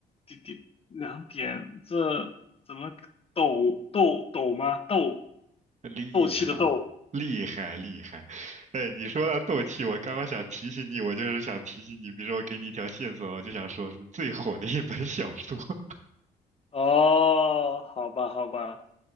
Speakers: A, on the left; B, on the right.
A: 点，滴两点，这怎么斗斗斗吗？斗
B: 厉害，
A: 斗气的斗。
B: 厉害，厉害。哎，你说到斗气，我刚刚想提醒你，我就是想提醒你，比如说我给你一条线索，我就想说是最火的一本小说。<laughs>
A: 哦，好吧，好吧，